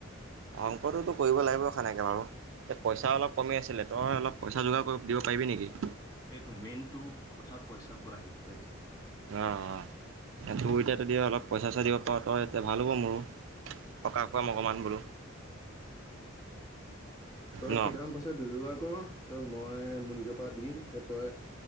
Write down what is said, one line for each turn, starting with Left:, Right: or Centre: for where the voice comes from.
Right: অংকটোতো কৰিব লাগিব সেনেকে বাৰু। এ পইচা অলপ কমি আছিলে, তই অলপ পইচা যোগাৰ কৰি দিব পাৰিবি নেকি?
Left: এইটো মেইনতটো, কথা পইচাৰ পৰা আহিব এতিয়া।
Right: অহ', অহ'। তোৰ এতিয়া যদি অলপ পইচা চইচা দিব পাৰ তই, এতিয়া ভাল হ'ব মোৰো। টকাক খোৱাম অকমান বোলো
Left: তই
Right: ন
Left: কেইটামান পইচা যোগাৰ আকৌ আৰত মই মোৰ নিজৰ পৰা দি দিম যে তই